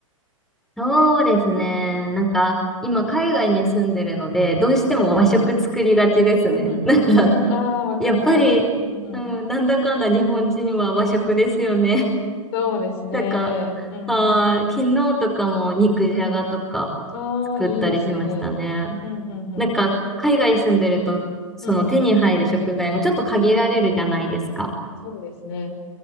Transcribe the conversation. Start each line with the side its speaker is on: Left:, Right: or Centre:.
Centre: そうですね。なんか、今、海外に住んでるので、どうしても和食作りがちですね。
Left: うんうんうんうん。
Centre: <laughs> なんか、
Left: うん、ああ、わかります。
Centre: やっぱり、
Left: うんうん。
Centre: うん、なんだかんだ日本人は和食ですよね。<laughs>
Left: そうですね。
Centre: なんか、
Left: うんうん。
Centre: あー、昨日とかも肉じゃがとか作ったりしましたね。
Left: うんうん。ああ、いいですね。うんうんうん。
Centre: なんか、海外住んでると、その手に入る食材もちょっと限られるじゃないですか。
Left: うんうん。そうですね。